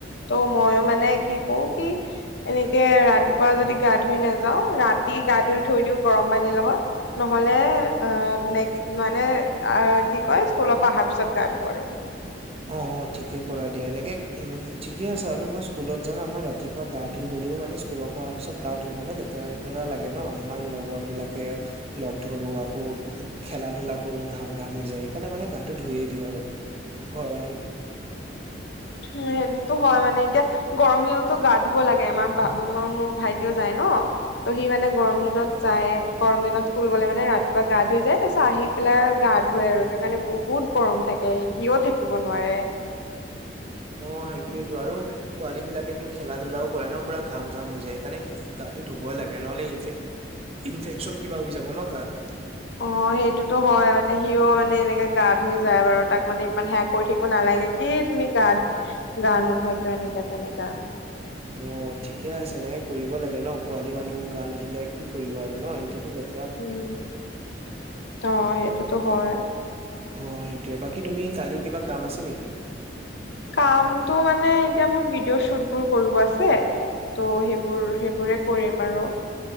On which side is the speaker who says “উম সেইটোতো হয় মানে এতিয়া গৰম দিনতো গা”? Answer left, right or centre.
Left